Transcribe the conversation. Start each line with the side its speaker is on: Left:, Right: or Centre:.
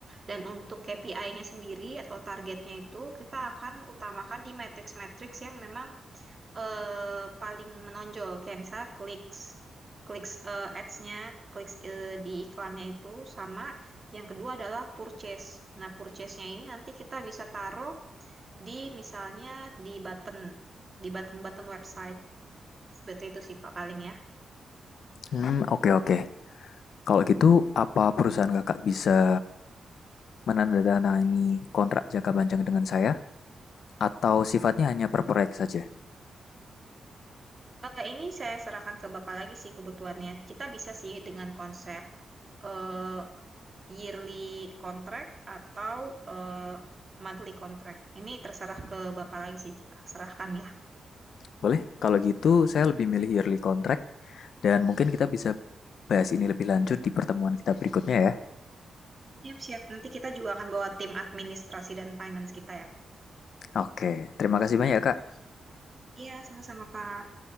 Right: Dan untuk KPI-nya sendiri atau targetnya itu kita akan utamakan di matrix-matrix yang memang eh, paling menonjol. Kayak misalnya clicks, clicks eh, ads-nya, clicks eh, di iklannya itu sama. Yang kedua adalah purchase. Nah, purchase-nya ini nanti kita bisa taruh di misalnya di button, di button-button website. Seperti itu sih Pak paling ya.
Left: Hmm, oke oke. Kalau gitu, apa perusahaan kakak bisa menandatangani kontrak jangka panjang dengan saya? Atau sifatnya hanya per proyek saja?
Right: Eh, ini saya serahkan ke Bapak lagi sih kebutuhannya. Kita bisa sih dengan konsep eh, yearly contract atau eh, monthly contract. Ini terserah ke Bapak lagi sih kita serahkan ya.
Left: Boleh? Kalau gitu, saya lebih milih yearly contract dan mungkin kita bisa bahas ini lebih lanjut di pertemuan kita berikutnya ya.
Right: Siap-siap. Nanti kita juga akan bawa tim administrasi dan finance kita ya.
Left: Oke, terima kasih banyak kak.
Right: Iya, sama-sama Pak.